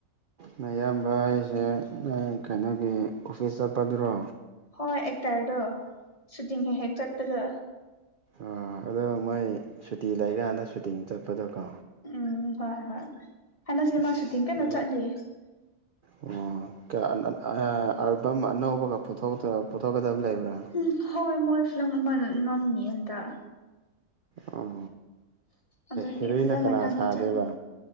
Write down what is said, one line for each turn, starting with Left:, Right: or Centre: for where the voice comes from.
Right: ꯅꯌꯥꯝꯕ ꯍꯥꯏꯁꯦ ꯑ ꯀꯩꯅꯣꯒꯤ ꯑꯣꯐꯤꯁ ꯆꯠꯄꯗꯨꯔꯣ
Left: ꯍꯣꯏ ꯑꯦꯛꯇꯔꯗꯣ ꯁꯨꯇꯤꯡ ꯍꯦꯛ ꯍꯦꯛ ꯆꯠꯄꯗꯣ
Right: ꯑ ꯑꯗꯣ ꯃꯣꯏ ꯁꯨꯇꯤ ꯂꯩꯀꯥꯟꯗ ꯁꯨꯇꯤꯡ ꯆꯠꯄꯗꯣꯀꯣ
Left: ꯎꯝ ꯍꯣꯏ ꯍꯣꯏ ꯍꯟꯗꯛꯁꯦ
Right: ꯑꯁ
Left: ꯃꯥ ꯁꯨꯇꯤꯡ ꯀꯟꯅ ꯆꯠꯂꯤ
Right: <unintelligible>
Left: <inaudible>
Right: ꯑꯣ ꯀ ꯑꯥ ꯑꯜꯕꯝ ꯑꯅꯧꯕꯒ ꯄꯨꯊ‌ꯣꯛꯇꯨꯔ ꯄꯨꯊꯣꯛꯀꯗꯕ ꯂꯩꯕ꯭ꯔꯥ
Left: ꯎꯝ ꯍꯣꯏ ꯃꯣꯏ ꯐꯤꯂꯝ ꯑꯃ ꯅ ꯅꯝꯃꯤꯌ‌ꯦ ꯍꯟꯇꯛ
Right: ꯑꯣ
Left: ꯑꯗꯨꯒꯤ
Right: ꯍꯦꯔꯣꯏꯅ
Left: ꯐꯖꯅ
Right: ꯀꯅꯥ
Left: ꯀꯥꯟꯅ
Right: ꯁꯥꯗꯣꯏꯕ
Left: ꯆꯅ